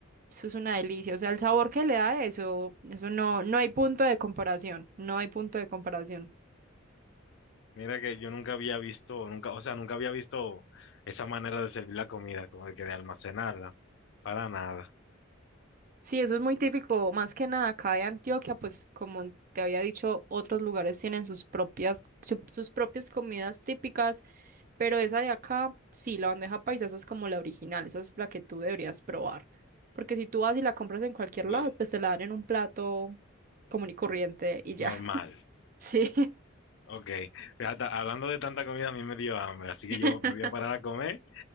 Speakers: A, on the right; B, on the left.
A: Eso es una delicia. O sea, el sabor que le da eso, eso no, no hay punto de comparación. No hay punto de comparación.
B: Mira que yo nunca había visto, nunca, o sea, nunca había visto esa manera de servir la comida, como de que de almacenarla, para nada.
A: Sí, eso es muy típico, más que nada acá de Antioquia, pues como te había dicho, otros lugares tienen sus propias, su- sus propias comidas típicas, pero esa de acá, sí, la bandeja paisa, esa es como la original, esa es la que tú deberías probar. Porque si tú vas y la compras en cualquier
B: Uy,
A: lado, pues te la dan en un plato común y corriente y ya.
B: normal.
A: Sí,
B: Ok. Hasta- hablando de tanta comida, a mí me dio hambre, así que
A: <laughs>
B: yo me voy a parar a comer